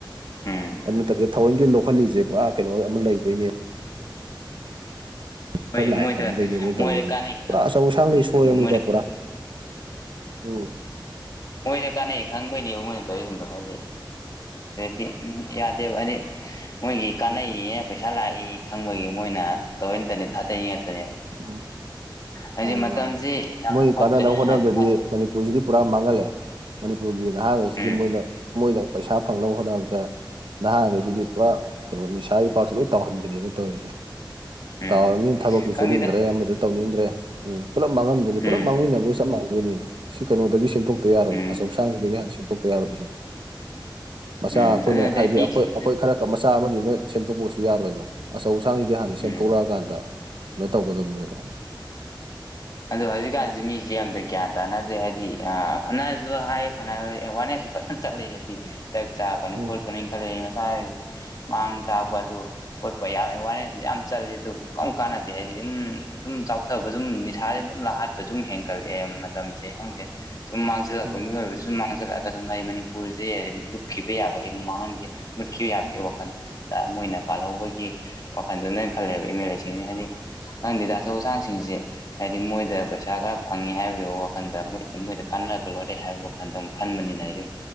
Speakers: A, on the left (about 45°); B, on the right (about 75°).
A: ꯎꯝ
B: ꯑꯗꯨ ꯅꯠꯇ꯭ꯔꯒ ꯊꯑꯣꯏꯒꯤ ꯂꯧꯈꯠꯂꯤꯁꯦ ꯄꯨꯔꯥ ꯀꯩꯅꯣ ꯑꯃ ꯂꯩꯕꯩꯅꯦꯕ
A: ꯍꯣꯏ
B: ꯈꯔ ꯂꯥꯛꯑꯦ
A: ꯃꯣꯏꯗ
B: ꯈꯪꯕꯗꯩꯅꯦ ꯃꯣꯏꯅ
A: ꯃꯣꯏꯗ
B: ꯇꯧꯔꯛꯏꯁꯦ
A: ꯀꯥꯟꯅꯩ ꯈꯪꯕꯩ
B: ꯄꯨꯔꯥ ꯑꯆꯧ ꯑꯁꯥꯡꯗꯩ ꯁꯣꯏꯔꯕꯅꯤꯗ
A: ꯎꯝ
B: ꯄꯨꯔꯥ ꯎꯝ
A: ꯃꯣꯏꯗ ꯀꯥꯟꯅꯩ ꯈꯪꯕꯩꯅꯦꯕ ꯃꯣꯏꯅ ꯇꯧꯔꯤꯁꯤꯡꯗꯣ ꯍꯥꯏꯗꯤ ꯗꯤ ꯎꯝ ꯌꯥꯗꯦꯕ ꯍꯥꯏꯗꯤ ꯃꯣꯏꯒꯤ ꯀꯥꯟꯅꯩ ꯄꯩꯁꯥ ꯂꯥꯛ ꯑꯩ ꯈꯪꯕꯒꯤ ꯃꯣꯏꯅ ꯇꯧꯔꯤꯅꯦ ꯊꯥꯗꯔꯤ ꯉꯥꯛꯇꯅꯦꯕ
B: ꯎꯝ
A: ꯍꯧꯖꯤꯛ
B: ꯃꯥꯅꯤ
A: ꯃꯇꯝꯁꯤ
B: ꯃꯥꯅꯤ
A: ꯌꯥꯝꯅ
B: ꯃꯣꯏ
A: ꯐꯠꯇ꯭ꯔꯦ
B: ꯀꯥꯟꯅꯅꯕ ꯍꯣꯠꯅꯕꯒꯗꯤ
A: ꯍꯧꯖꯤꯛꯀꯥꯟꯁꯦ
B: ꯃꯅꯤꯄꯨꯔꯁꯤꯗꯤ ꯄꯨꯔꯥ ꯃꯥꯡꯍꯜꯂꯦ ꯃꯅꯤꯄꯨꯔꯒꯤ ꯅꯍꯥꯉꯩꯁꯤꯗꯤ
A: ꯎꯝ
B: ꯃꯣꯏꯅ ꯃꯣꯏꯅ ꯄꯩꯁꯥ ꯐꯪꯅꯕ ꯍꯣꯠꯅꯕꯗ ꯅꯍꯥꯈꯩꯁꯤꯗꯤ ꯄꯨꯔꯥ ꯀꯩꯅꯣ ꯅꯤꯁꯥ ꯏꯄꯥꯛꯁꯦ ꯂꯣꯏ ꯇꯥꯎꯍꯟꯕꯅꯦꯕ ꯇꯧꯔꯤꯁꯦ
A: ꯎꯝ
B: ꯇꯔꯃꯤ ꯊꯀꯁꯦ
A: ꯈꯪꯗꯦꯗ
B: ꯇꯧꯅꯤꯡꯗ꯭ꯔꯦ ꯎꯝ ꯄꯨꯂꯞ ꯃꯥꯡꯍꯟꯗꯣꯏꯅꯤ ꯄꯨꯂꯞ
A: ꯎꯝ
B: ꯃꯥꯡꯃꯤꯟꯅꯕꯒ ꯆꯞ ꯃꯥꯟꯅꯗꯣꯏꯅꯤ ꯁꯤ ꯀꯩꯅꯣꯗꯒꯤ ꯁꯦꯝ ꯇꯛꯇ ꯌꯥꯔꯣꯏ
A: ꯎꯝ
B: ꯑꯆꯧꯁꯥꯡꯁꯤꯗꯒꯤ ꯍꯥꯟꯅ ꯁꯦꯝꯗꯣꯛꯇ ꯌꯥꯔꯣꯏꯁꯤꯗꯤ ꯃꯆꯥ
A: ꯎꯝ
B: ꯑꯩꯈꯣꯏꯅ
A: ꯑꯗꯨ ꯅꯠꯇꯦ
B: ꯍꯥꯏꯗꯤ
A: ꯃꯤꯁꯤꯡ
B: ꯑꯩꯈꯣꯏ ꯑꯩꯈꯣꯏ ꯈꯔ ꯈ ꯃꯆꯥ ꯑꯃꯅꯤꯅ ꯁꯦꯝꯗꯣꯛꯄꯁꯨ ꯌꯥꯔꯣꯏꯕ ꯑꯆꯧ ꯑꯁꯥꯡꯁꯤꯗꯤ ꯍꯥꯟꯅ ꯁꯦꯝꯇꯣꯛꯂꯛ
A: ꯎꯝ
B: ꯑꯀꯥꯟꯗ ꯇꯧꯒꯗꯕꯅꯦꯕ
A: ꯑꯗꯣ ꯍꯧꯖꯤꯛꯀꯥꯟꯁꯤ ꯃꯤꯁꯦ ꯌꯥꯝꯅ ꯒ꯭ꯌꯥꯟ ꯇꯥꯅꯗ꯭ꯔꯦ ꯍꯥꯏꯗꯤ ꯐꯅꯁꯨ ꯍꯥꯏ ꯐꯅ ꯑꯦꯋꯥꯔꯅꯦꯁꯁꯨ ꯐꯖꯅ ꯆꯠꯂꯦ ꯍꯥꯏꯗꯤ ꯗ꯭ꯔꯛ ꯆꯥꯀꯅꯨ
B: ꯎꯝ
A: ꯈꯣꯠꯀꯅꯨꯅ ꯈꯜꯂ ꯑꯩ ꯃꯁꯥꯗꯤ ꯃꯥꯡ ꯇꯥꯛꯄ ꯑꯗꯨ ꯈꯣꯠꯄ ꯌꯥꯝ ꯑꯦꯋꯥꯔꯅꯦꯁꯁꯨ ꯌꯥꯝ ꯆꯜꯂꯤ ꯑꯗꯨ ꯀꯔꯝ ꯀꯥꯟꯅꯗꯦ ꯍꯥꯏꯗꯤ ꯑꯗꯨꯝ ꯁꯨꯝ ꯆꯥꯎꯊꯕ ꯁꯨꯝ ꯅꯤꯁꯥꯥꯁ ꯑꯗꯨꯝ ꯂꯥꯛꯍꯠꯄ ꯁꯨꯝ ꯍꯦꯟꯒꯠꯂꯛꯑꯦ ꯃꯇꯝꯁꯦ ꯈꯪꯗꯦ ꯁꯨꯃꯥꯡ ꯆꯜꯂꯛꯄ
B: ꯎꯝ
A: ꯃꯤꯑꯣꯏꯕꯁꯨ ꯃꯥꯡꯖꯜꯂꯛ ꯑ ꯁꯨꯝ ꯑꯩ ꯃꯅꯤꯄꯨꯔꯁꯦ ꯂꯨꯞꯈꯤꯕ ꯌꯥꯕ ꯃꯥꯡꯍꯟꯒꯦ ꯃꯨꯠꯈꯤꯕ ꯌꯥꯕꯒꯤ ꯋꯥꯈꯜ ꯃꯣꯏꯅ ꯄꯥꯜꯍꯧꯕꯒꯤ ꯋꯥꯈꯟꯗ ꯅꯣꯏꯅ ꯈꯜꯂꯦꯕ ꯑꯦꯝ ꯑꯦꯜ ꯑꯦꯁꯤꯡꯁ ꯍꯥꯏꯗꯤ ꯅꯪꯗꯤꯗ ꯑꯆꯧ ꯑꯥꯆꯥꯡꯁꯤꯡꯁꯦ ꯍꯥꯏꯗꯤ ꯃꯣꯏꯗ ꯄꯩꯁꯥ ꯈꯔ ꯐꯪꯉꯤ ꯍꯥꯏꯕꯒꯤ ꯋꯥꯈꯟꯗ ꯃꯣꯏ ꯃꯣꯏꯗ ꯀꯥꯟꯅꯔꯒ ꯂꯣꯏꯔꯦ ꯍꯥꯏꯕ ꯋꯥ ꯈꯟꯇ ꯈꯟꯕꯅꯤꯅ ꯑꯩꯁꯨ